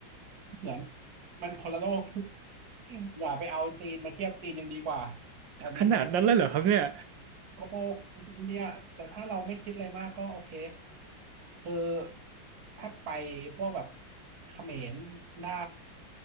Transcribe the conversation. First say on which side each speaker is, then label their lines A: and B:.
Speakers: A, on the right; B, on the right.
A: เหมือนมันคนละโลก <laughs> อย่าไปเอาจีนมาเทียบจีนยังดีกว่าตอนนี้
B: ขนาดนั้นเลยเหรอครับเนี่ย
A: โกระโปกอินเดียแต่ถ้าเราไม่คิดอะไรมากก็โอเคคือถ้าไปพวกแบบเขมรได้